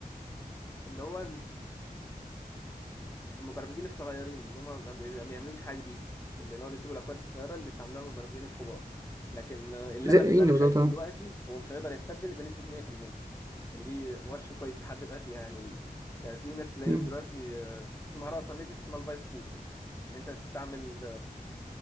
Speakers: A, on the left (about 20°); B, on the right (about 20°).
A: اللي هو المبرمجين الصغيرين اللي هم ما بي- ما بيعملوش حاجه جديده اللي هو بيكتبوا الاكواد الصغيره اللي بيستعملوها المبرمجين الكبار لكن آه، اللي
B: زي
A: انا
B: إيه
A: باللي انا شايفه
B: بالظبط آه.
A: دلوقتي هو مش هيقدر يستبدل بنسبه 100% ودي مؤشر كويس لحد دلوقتي يعني ليه كان في ناس تلاقيهم
B: مم،
A: دلوقتي آه، في مهاره اصلا نزلت اسمها الفايب كودنج انت تستعمل